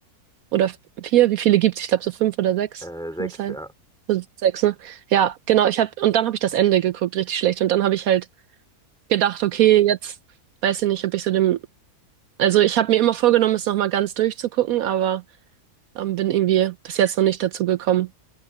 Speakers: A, on the right; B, in the centre.
A: Oder f- vier, wie viele gibt's? Ich glaube, so fünf oder sechs.
B: Äh, sechs,
A: Kann das sein?
B: ja.
A: So Sechs, ne? Ja, genau. Ich habe, und dann habe ich das Ende geguckt, richtig schlecht. Und dann habe ich halt gedacht, okay, jetzt weiß ich nicht, ob ich so dem, also ich habe mir immer vorgenommen, es nochmal ganz durchzugucken, aber ähm, bin irgendwie bis jetzt noch nicht dazu gekommen.